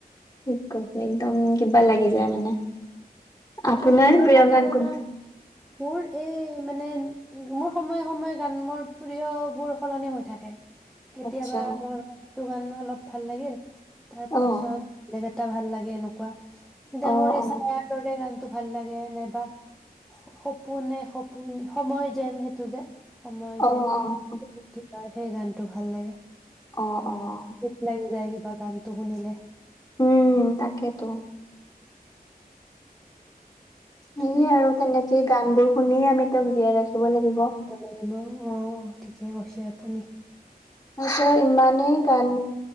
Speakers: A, on the left; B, in the centre.
A: ঠিক কৈছে একদম কিবা লাগি যায় মানে।
B: আৰু
A: আপোনাৰ
B: পুৰণা
A: প্ৰিয়
B: পুৰণা
A: গান কোনটো?
B: মোৰ এই মানে মোৰ সময়ে সময়ে গান মোৰ প্ৰিয়বোৰ সলনি হৈ থাকে। কেতিয়াবা
A: আচ্ছা
B: ধৰক টো গান অলপ ভাল লাগিল। তাৰ
A: অ',
B: পাছত বেলেগ। এটা ভাল লাগে এনেকুৱা সিদা
A: অ',
B: মৰে
A: অ',
B: চায়টোত। গানটো ভাল লাগে নাইবা সপোনে, সপোন সময় যেন সেইটো যে সময়
A: অ', অ',
B: যেন কি হয় সেই গান। টো ভাল লাগে।
A: অহ-অহ।
B: দুখ লাগি যায়। বা গানটো শুনিলে।
A: উম তাকেতো। সেয়ে
B: ধুনীয়া
A: আৰু তেনেকে গান বোৰ শুনি আমি তেওঁক জীয়াই ৰাখি দিব লাগিব।
B: লাগিব অ' ঠিকে কৈছে আপুনি।
A: তাৰপিছত ইমানেই গান।